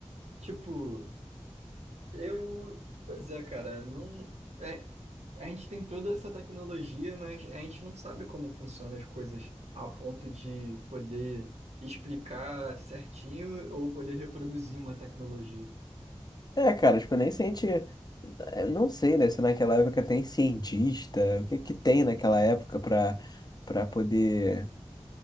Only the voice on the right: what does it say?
Tipo, eu. Pois é, cara, não. é, a gente tem toda essa tecnologia, mas a gente não sabe como funcionam as coisas a ponto de poder explicar certinho ou poder reproduzir uma tecnologia.